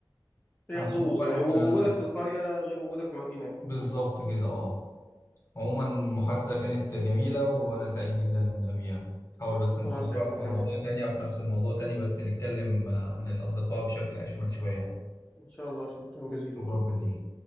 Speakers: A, on the left; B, on the left.
A: هي
B: عموما
A: حظوظ يعني ووجودك
B: آه،
A: في القريه غير وجودك في المدينه يعني.
B: بالظبط كده اه عموما المحادثة كانت جميلة وأنا سعيد جدا بيها حاول بس
A: وانا
B: نكررها
A: سعيد
B: في
A: انا كمان
B: موضوع تاني أو في نفس الموضوع تاني بس نتكلم آه، عن الأصدقاء بشكل أشمل شوية يعني
A: ان شاء الله شكرا جزيلا
B: شكرا جزيلا